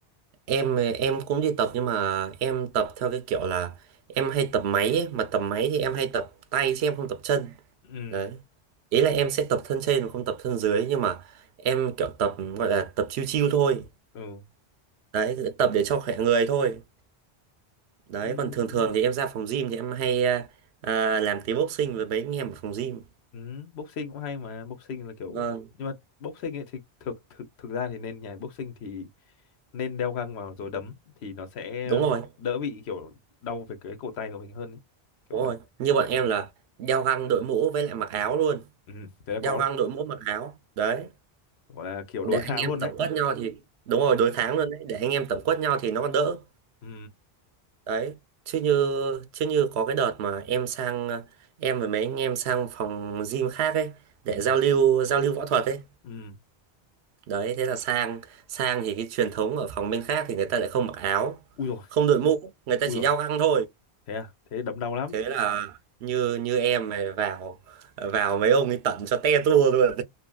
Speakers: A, on the right; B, on the left.
A: em em cũng đi tập nhưng mà em tập theo cái kiểu là em hay tập máy ấy. mà tập máy thì em hay tập tay chứ em không tập chân
B: Ừ,
A: đấy ý là em sẽ tập thân trên mà không tập thân dưới nhưng mà em kiểu tập gọi là tập chiêu chiêu thôi
B: ừ.
A: đấy tập để cho khỏe người thôi đấy
B: Ừm,
A: còn thường thường thì em ra phòng gym thì em hay à, à, làm tí boxing với mấy anh em ở phòng gym
B: Ừ, boxing cũng hay mà boxing là kiểu
A: vâng
B: nhưng mà boxing ấy thì thực thực thực ra thì nên nhà boxing thì nên đeo găng vào rồi đấm thì nó sẽ
A: đúng rồi
B: đỡ bị kiểu đau về cái cổ tay của mình hơn ấy. Kiểu
A: đúng
B: vậy.
A: rồi như bọn em là đeo găng đội mũ với lại mặc áo luôn
B: Ừ, thế là
A: đeo
B: có
A: găng đội mũ mặc áo đấy
B: gọi là kiểu
A: để
B: đối
A: anh
B: kháng
A: em
B: luôn đấy.
A: tổng quất nhau thì đúng rồi đối kháng luôn đấy để anh em tổng quất nhau thì nó còn đỡ
B: Ừ,
A: đấy chứ như chứ như có cái đợt mà em sang ờ, em và mấy anh em sang phòng gym khác ấy để
B: ừ,
A: giao lưu giao lưu võ thuật ấy
B: ừ.
A: đấy thế là sang sang thì cái truyền thống ở phòng bên khác thì người ta lại không mặc áo
B: Ui rồi,
A: không đội mũ người ta
B: ui
A: chỉ
B: rồi.
A: đeo găng thôi
B: Thế à, thế đấm đau lắm.
A: thế là như như em này vào vào mấy ông ấy tận cho te tua luôn